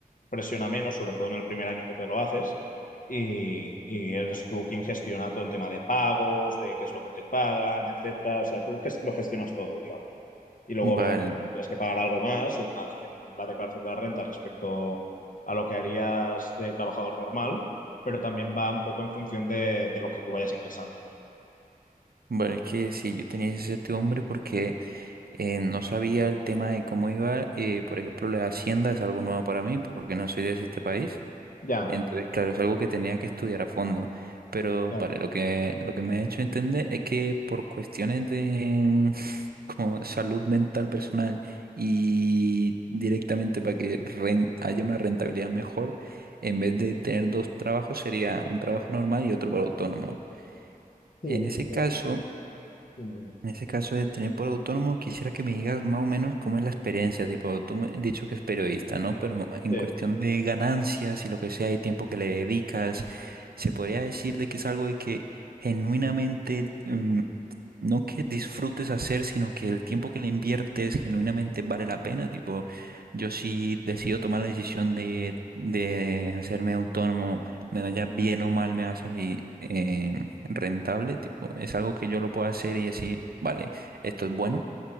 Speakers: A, on the left; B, on the right.
A: presiona menos, sobre todo en el primer año que te lo haces, y, y eres tú quien gestiona todo el tema de pagos, de qué es lo que te pagan, etcétera. O sea, tú ges- lo gestionas todo, digamos. Y luego,
B: Vale.
A: obviamente, pues, tendrás que pagar algo más en la, en la declaración de la renta respecto a lo que harías de trabajador normal, pero también va un poco en función de, de lo que tú vayas ingresando.
B: Vale, es que sí, yo tenía ese hombre porque Eh, no sabía el tema de cómo iba, eh, por ejemplo, la hacienda es algo nuevo para mí, pues, porque no soy de este país.
A: Ya,
B: Entonces, claro, es algo que tenía que estudiar a fondo. Pero,
A: claro.
B: vale, lo que, lo que me ha hecho entender es que por cuestiones de <laughs> como salud mental personal y directamente para que ren- haya una rentabilidad mejor, en vez de tener dos trabajos, sería un trabajo normal y otro para autónomo.
A: Sí,
B: En ese
A: sí,
B: caso...
A: Sí, miren.
B: En ese caso de tener por autónomo, quisiera que me digas más o menos cómo es la experiencia. Tipo, tú me has dicho que es periodista, ¿no? Pero en
A: Sí.
B: cuestión de ganancias y lo que sea, y tiempo que le dedicas, se podría decir de que es algo de que genuinamente, mm, no que disfrutes hacer, sino que el tiempo que le inviertes genuinamente vale la pena. Tipo, yo si decido tomar la decisión de, de hacerme autónomo, me vaya bien o mal, me va a salir. eh, rentable, tipo, es algo que yo lo puedo hacer y decir, vale, esto es bueno,